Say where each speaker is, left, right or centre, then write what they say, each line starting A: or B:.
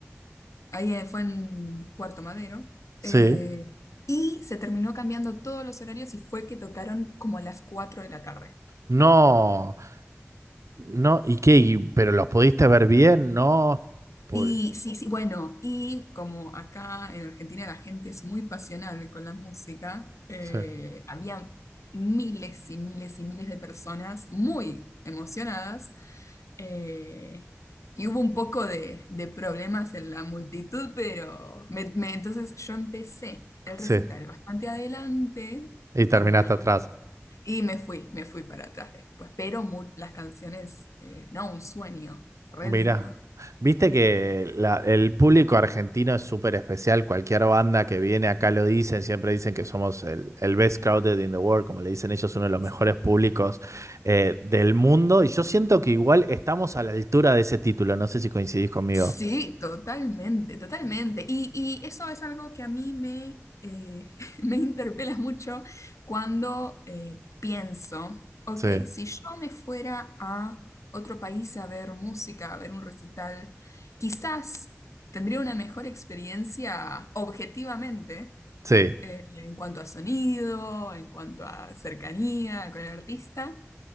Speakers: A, on the left (about 85°); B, on the right (about 80°).
A: Ahí eh, fue en Puerto Madero.
B: sí.
A: eh, y se terminó cambiando todos los horarios y fue que tocaron como a las 4 de la tarde.
B: No, no, ¿y qué? ¿Y- ¿Pero los pudiste ver bien? No, pude-
A: Sí, sí, sí. Bueno, y como acá en Argentina la gente es muy pasional con la música, eh,
B: sí,
A: había miles y miles y miles de personas muy emocionadas. eh, y hubo un poco de, de problemas en la multitud, pero me- me- entonces yo empecé el
B: sí.
A: recital bastante adelante
B: Y terminaste
A: en la,
B: atrás.
A: y me fui, me fui para atrás después. Pero mu- las canciones, eh, no, un sueño, re
B: Mira,
A: lindo.
B: viste que la- el público argentino es súper especial. Cualquier banda que viene acá lo dicen, siempre dicen que somos el, el best crowded in the world, como le dicen ellos, uno de los
A: Sí.
B: mejores públicos eh, del mundo. Y yo siento que igual estamos a la altura de ese título. No sé si coincidís conmigo.
A: Sí, totalmente, totalmente. Y, y eso es algo que a mí me, eh, <laughs> me interpela mucho cuando eh, pienso, ok,
B: Sí,
A: si yo me fuera a otro país a ver música, a ver un recital, quizás tendría una mejor experiencia objetivamente
B: sí,
A: eh, en cuanto a sonido, en cuanto a cercanía con el artista.